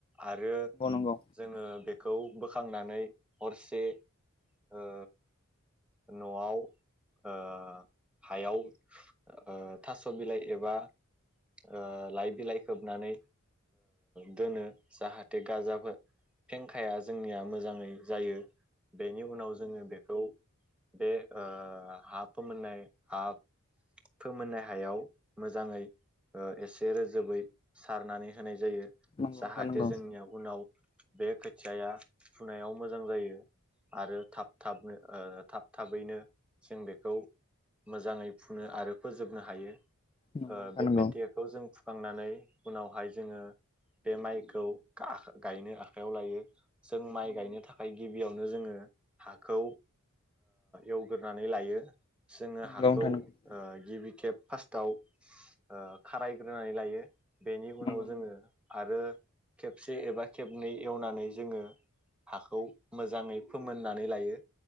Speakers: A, in the centre; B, on the left.
A: आरो
B: नंगौ नंगौ
A: जोङो बेखौ बोखांनानै हरसे ओ न'वाव ओ हायाव ओ थास' बिलाइ एबा ओ लाइ बिलाइ खोबनानै दोनो ओ जाहाथे गाजा फेंखाया जोंनिया मोजाङै जायो बेनि उनाव जोङो बेखौ बे ओ हा फोमोननाय हा फोमोननाय हायाव मोजाङै एसे रोजोबै सारनानै होनाय जायो
B: नंगौ
A: जाहाथे
B: नोंथां नंगौ
A: जोंनिया उनाव बे खोथियाया फुनायाव मोजां जायो आरो थाब थाबनो ओ थाब थाबैनो जों बेखौ मोजाङै फुनो आरो फोजोबनो हायो
B: नंगौ
A: ओ बे
B: नोंथां
A: खोथियाखौ जों फुखांनानै उनावहाय जोङो बे माइखौ गायनो आखाइयाव लायो जों माइ
B: नंगौ
A: गायनो थाखाय गिबियाव नो जोङो हाखौ एवग्रोनानै लायो जोङो
B: नंगौ
A: हाखौ
B: नोंथां
A: ओ
B: नंगौ
A: गिबि खेब फार्स्टआव ओ खारायग्रोनानै लायो बेनि उनाव
B: नंगौ
A: जोङो आरो खेबसे एबा खेबनै एवनानै जोङो हाखौ मोजाङै फोमोननानै लायो